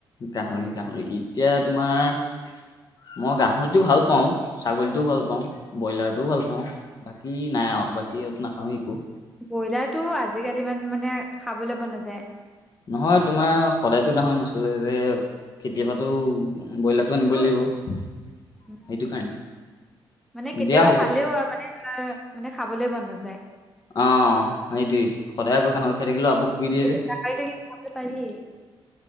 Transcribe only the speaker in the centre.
ব্ৰইলাৰটো আজিকালি ইমান মানে খাবলৈ মন নাযায়।
টো
উম
উম
মানে কেতিয়াবা
খালেও আৰু মানে <unintelligible> মানে খাবলৈ মন নাযায়।
কিন্তু
গাহৰি থাকিলে খাব পাৰি।